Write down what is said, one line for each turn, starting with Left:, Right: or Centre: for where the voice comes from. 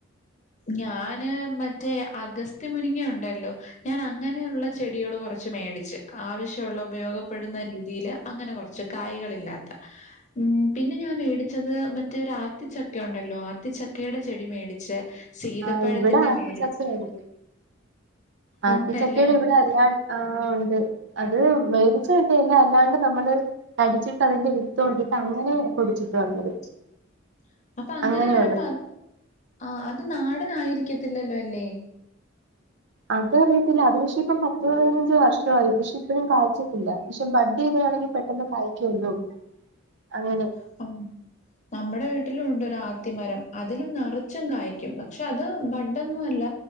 Left: ഞാന് മറ്റേ അഗസ്ത്യ മുരിങ്ങയുണ്ടല്ലോ ഞാനങ്ങനെയുള്ള ചെടികള് കൊറച്ച് മേടിച്ച് ആവശ്യവുള്ള ഉപയോഗപ്പെടുന്ന രീതിയില് അങ്ങനെ കൊർച്ച് കായികളില്ലാത്ത ഉം പിന്നെ ഞാൻ മേടിച്ചത് മറ്റേ ഒരു ആത്തിച്ചക്കയുണ്ട ല്ലോ ആത്തിച്ചക്കയുടെ ചെടി മേടിച്ച് സീതപ്പഴത്തിന്റെ
Right: ആഹ് ഇവിടെ ആത്തിച്ചക്കയുണ്ട്
Left: മേടിച്ച്
Right: ആത്തിച്ചക്കയുടെ
Left: ഉണ്ടല്ലേ? നമ്മ-
Right: ഇവിടെ അല്ലാ ആഹ് ഉണ്ട് അത് മേടിച്ചകിട്ടില്ല അല്ലാണ്ട് നമ്മള് കഴിച്ചിട്ട് അതിന്റെ വിത്ത് കൊണ്ട് പ്പ അങ്ങനെ പൊടിച്ചിട്ട് വന്നത്
Left: <unintelligible> അപ്പ അങ്ങനെ
Right: അങ്ങനെയുള്ള
Left: വരുമ്പോ അത് ആഹ അത് നാടൻ ആയിരിക്കത്തില്ലല്ലോ അല്ലേ
Right: അത് അറിയത്തില്ല അത് പക്ഷേ ഇപ്പം പത്ത് പതിനഞ്ച് വർഷമായി പക്ഷെ ഇപ്പോഴും കാഴ്ച്ചിട്ടില്ല പക്ഷെ ബഡ് ചെയതാണെങ്കിൽ പെട്ടെന്ന് കഴിക്കല്ലോ അങ്ങനെ
Left: <inaudible> നമ്മടെ വീട്ടിലുണ്ടൊരു ആത്തിമരം അതിലും നിറച്ചും കായ്ക്കും പക്ഷെ അത് ബഡൊന്നുല്ല